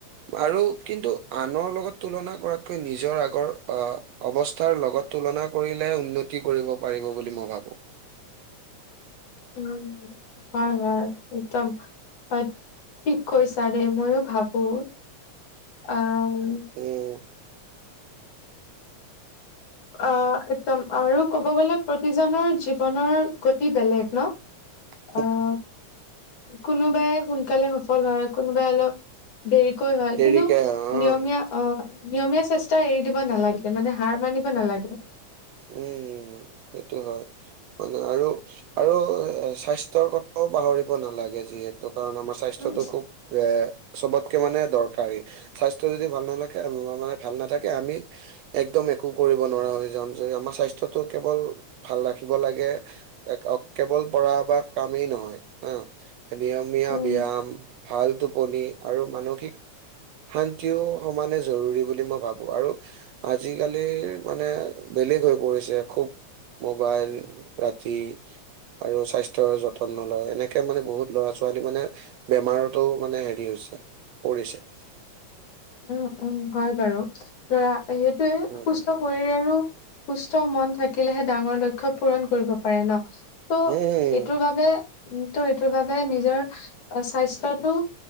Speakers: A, on the right; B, on the left.
A: আৰু কিন্তু আনৰ লগত তুলনা কৰাতকৈ নিজৰ আগৰ আহ, অৱস্থাৰ লগত তুলনা কৰিলে উন্নতি কৰিব পাৰিব বুলি মই ভাবো।
B: উম, হয়, হয় একদম সচ ঠিক কৈছা দেই ময়ো ভাবো আ, উম,
A: এ,
B: অ' একদম আৰু ক'ব গ'লে প্ৰতিজনৰ জীৱনৰ গতি বেলেগ ন?
A: <inaudible>
B: আহ, কোনোবাই সোনকালে সফল হয় কোনোবাই অলপ দেৰিকৈ হয়,
A: দেৰিকে
B: কিন্তু
A: হয়
B: নিয়মীয়া
A: অ'।
B: অ' নিয়মীয়া চেষ্টা এৰি দিব নালাগে মানে হাৰ মানিব নালাগে।
A: উম, এইটো হয়। মানে আৰু, আৰু এ স্বাস্থ্যৰ কথাও পাহৰিব নালাগে যিহেতু কাৰণ আমাৰ স্বাস্থ্যটো
B: উম
A: খুব বে চবতকে মানে দৰকাৰী স্বাস্থ্য যদি ভাল নালাখে <unintelligible> মানে ভাল নাথাকে আমি একদম একো কৰিব নোৱাৰা হৈ যাম যে আমাৰ স্বাস্থ্যটো কেৱল ভাল ৰাখিব লাগে একক কেৱল পঢ়া বা কামেই হা নিয়মীয়া
B: উম
A: ব্যায়াম ভাল টোপনি আৰু মানসিক শান্তিও সমানে জৰুৰী বুলি মই ভাবো আৰু আজিকালিৰ মানে বেলেগ হৈ পৰিছে খুব মোবাইল ৰাতি আৰু স্বাস্থ্যৰ যতন নলয় এনেকে মানে বহুত ল'ৰা ছোৱালী মানে বেমাৰতো মানে হেৰি হৈছে পৰিছে।
B: উম উম হয় বাৰু ধৰা সেইটোয়ে
A: উম
B: সুস্থ শৰীৰ আৰু সুস্থ মন থাকিলেহে ডাঙৰ লক্ষ্য পূৰণ কৰিব পাৰি ন। ত'
A: উম
B: এইটোৰ বাবে ত' এইটোৰ বাবে নিজৰ স্বাস্থ্যটো